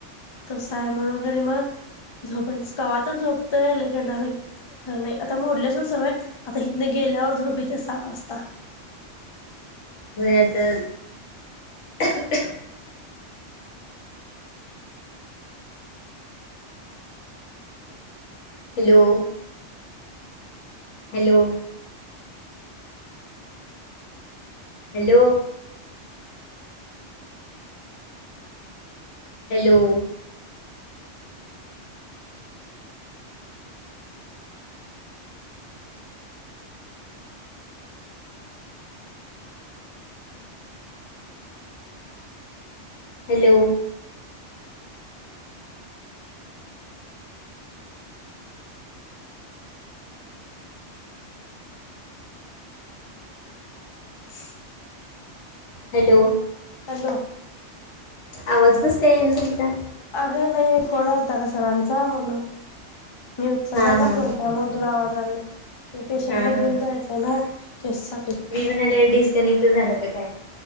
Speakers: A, on the left; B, on the left.
A: तस आहे म्हणून कणी मग झोप स कवा तर झोपते लई कंटाळा आले की खरं नाही आता मोडल्या सोड सवय आता इथनं गेल्यावर झोप येतेच. का वास्ता.
B: <unintelligible> Hello. Hello. Hello. Hello. Hello.
A: <unintelligible>
B: Hello.
A: Hello.
B: आवाज कस काय येईना झालता?
A: अग नाही फोन आलता का सरांचा म्हणून. मी उचलला
B: हा
A: ना
B: हा
A: फोन त्यामुळे तुला आवाज आला नाही ते पेशंटला
B: हा हा
A: घेऊन
B: हा
A: जायचंय ना. टेस्ट साठी
B: मी म्हणाले डिस्कनेक्ट झाला की काय?